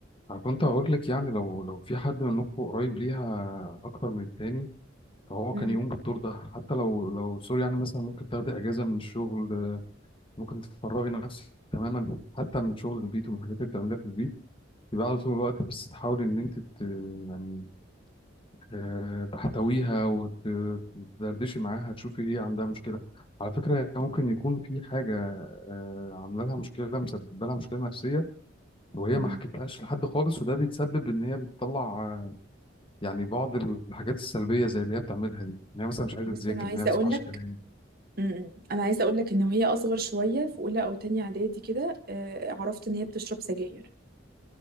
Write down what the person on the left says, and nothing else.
أنا كنت هقول لك يعني لو لو في حد منكم قريب ليها أكتر من التاني فهو
كان يقوم بالدور ده حتى لو لو سوري يعني مثلا ممكن تاخدي اجازه من الشغل آه، ممكن تفرغي نفسك تماما حتى من شغل البيت ومن الحاجات اللي بتعمليها في البيت تبقى على طول الوقت بس تحاولي ان انت ت- يعني آه، تحتويها وتدردشي معاها تشوفي هي عندها مشكله على فكره هي ممكن يكون في حاجه آه، عامله لها مشكله مسببه لها مشكله نفسيه وهي
ما حكتلهاش لحد خالص وده بيتسبب ان هي بتطلع آه، يعني بعض الحاجات السلبيه زي اللي هي بتعملها دي ان هي مثلا مش عايزه
تذاكر
ان هي ما بتسمعش
كلام